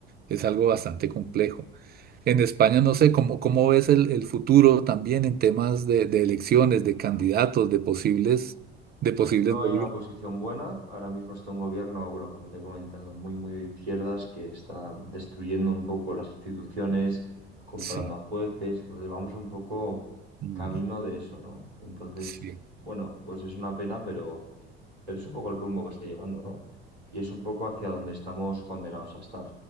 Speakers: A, on the right; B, on the right.
A: Es algo bastante complejo. En España, no sé, ¿cómo, cómo ves el, el futuro también en temas de, de elecciones, de candidatos, de posibles, de posibles
B: Pues no
A: gobiernos?
B: hay una oposición buena. Ahora mismo está un gobierno, bueno, como te he comentado, muy, muy de izquierdas que está destruyendo un poco las instituciones, comprando
A: Sí,
B: a jueces. Entonces vamos un poco
A: no,
B: camino de eso, ¿no? Entonces,
A: sí.
B: bueno, pues es una pena, pero... Pero es un poco el rumbo que está llevando, ¿no? Y es un poco hacia donde estamos condenados a estar.